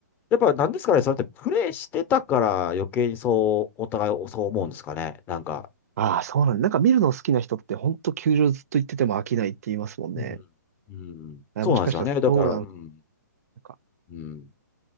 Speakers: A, on the left; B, on the right.
A: やっぱなんですかね、それってプレイしてたから余計にそう、お互いそう思うんですかね、なんか。
B: ああ、そうなんだ。なんか見るの好きな人って、ほんと球場ずっと行ってても飽きないって言いますもんね。
A: うん。うん。
B: あもしかしたらそうなのか。
A: そうなんですよね。だから、うん。
B: なんか、
A: うん。